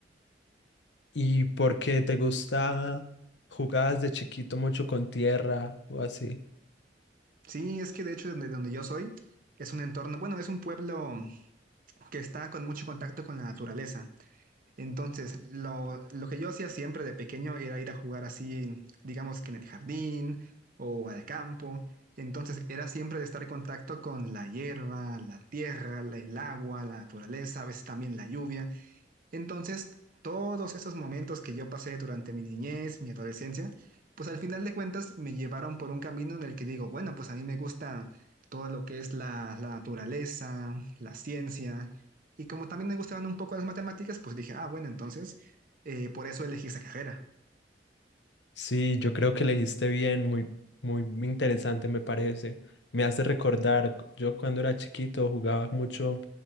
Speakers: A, on the left (about 75°); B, on the right (about 50°).
A: ¿Y por qué te gusta? ¿Jugabas de chiquito mucho con tierra o así?
B: Sí, es que de hecho donde, donde yo soy es un entorno, bueno, es un pueblo que está con mucho contacto con la naturaleza. Entonces, lo, lo que yo hacía siempre de pequeño era ir a jugar así, digamos que en el jardín o al campo. Entonces, era siempre de estar en contacto con la hierba, la tierra, la- el agua, la naturaleza, a veces también la lluvia. Entonces, todos esos momentos que yo pasé durante mi niñez, mi adolescencia, pues al final de cuentas me llevaron por un camino en el que digo, bueno, pues a mí me gusta todo lo que es la, la naturaleza, la ciencia, y como también me gustaban un poco las matemáticas, pues dije, ah, bueno, entonces, eh, por eso elegí esa carrera.
A: Sí, yo creo que elegiste bien, muy, muy interesante me parece. Me hace recordar, cu- yo cuando era chiquito jugaba mucho